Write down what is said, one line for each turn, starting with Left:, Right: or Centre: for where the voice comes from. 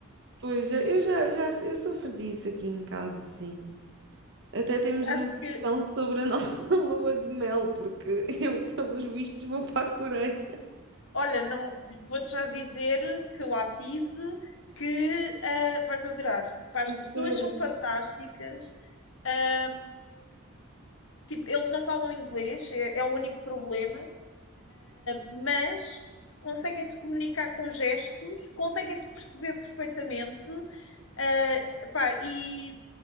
Right: Pois, eu já, já, eu sofro disso aqui em casa, sim. Até temos
Left: Acho
Right: uma discussão
Left: que,
Right: sobre a nossa <laughs> lua de mel, porque <laughs> eu, pelos vistos, vou para a Coreia.
Left: olha, não vou-te já dizer que lá tive, que ah, vais adorar. Pá, as
Right: A
Left: pessoas
Right: sério,
Left: são fantásticas. Ah, tipo, eles não falam inglês, é, é o único problema. mas conseguem se comunicar com gestos, conseguem te perceber perfeitamente, ah, pá, e